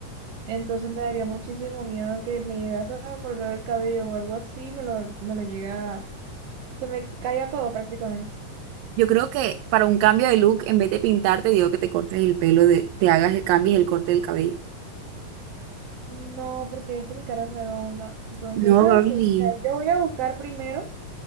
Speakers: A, on the right (about 65°); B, on the right (about 85°).
A: Entonces me daría muchísimo miedo que me llegase a correr el cabello o algo así, me lo, me lo llega, se me caiga todo prácticamente.
B: Yo creo que para un cambio de look, en vez de pintarte, digo que te cortes el pelo, de, te hagas el cambio y el corte del cabello.
A: No, porque es que mi cara es redonda. Entonces,
B: No,
A: ¿sabes
B: girly,
A: qué? O sea, yo voy a buscar primero